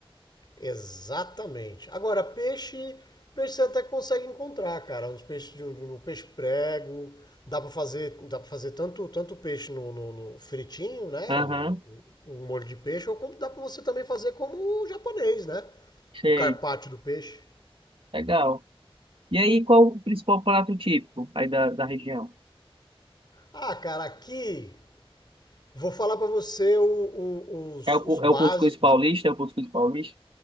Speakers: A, on the left (about 45°); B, on the right (about 65°).
A: Exatamente. Agora, peixe, peixe você até consegue encontrar, cara. Uns peixes de, de- no peixe prego. Dá pra fazer, dá para fazer tanto, tanto peixe no, no- no fritinho, né?
B: Aham,
A: Um um molho de peixe, ou como dá pra você também fazer como o japonês, né?
B: sei,
A: O carpaccio do peixe.
B: legal. E aí, qual o principal prato típico aí da, da região?
A: Ah, cara, aqui vou falar pra você o- o- os,
B: É o,
A: os
B: cu-
A: básicos.
B: é o cuscuz paulista? É o cuscuz paulista?